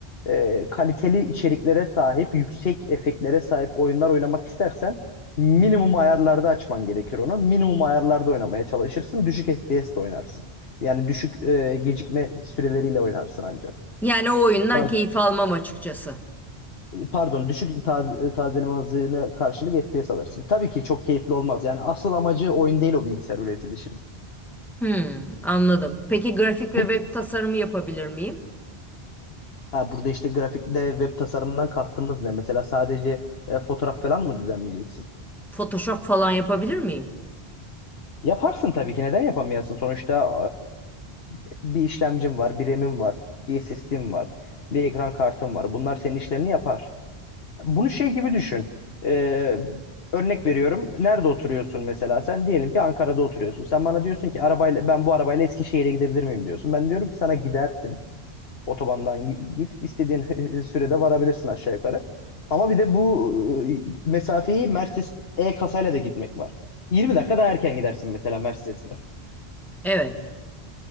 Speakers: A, on the left; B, in the centre.
A: e, kaliteli içeriklere sahip, yüksek efektlere sahip oyunlar oynamak istersen minimum ayarlarda açman gerekir onu. Minimum ayarlarda oynamaya çalışırsın. Düşük FPS'te oynarsın. Yani düşük e, gecikme süreleriyle oynarsın ancak.
B: Yani o oyundan
A: Par-
B: keyif almam açıkçası.
A: Pardon, düşük taz- tazeleme hızına karşılık FPS alırsın. Tabii ki çok keyifli olmaz. Yani asıl amacı oyun değil o bilgisayar üretilişinin.
B: Hmm, anladım. Peki grafik ve
A: Peki,
B: web tasarımı yapabilir miyim?
A: Ha, burada işte grafikte web tasarımından kastımız ne? Mesela sadece e, fotoğraf falan mı düzenleyeceksin?
B: Photoshop falan yapabilir miyim?
A: Yaparsın tabii ki. Neden yapamayasın? Sonuçta e, bir işlemcim var, bir RAM'im var, bir SSD'm var, bir ekran kartım var. Bunlar senin işlerini yapar. Bunu şey gibi düşün. E, örnek veriyorum. Nerede oturuyorsun mesela? Sen diyelim ki Ankara'da oturuyorsun. Sen bana diyorsun ki arabayla ben bu arabayla Eskişehir'e gidebilir miyim diyorsun. Ben diyorum ki sana gidersin. Otobandan gi- git. istediğin <laughs> sürede varabilirsin aşağı yukarı. Ama bir de bu e, mesafeyi Mercedes E kasayla da gitmek var. 20 dakika daha erken gidersin mesela Mercedes'le.
B: Evet.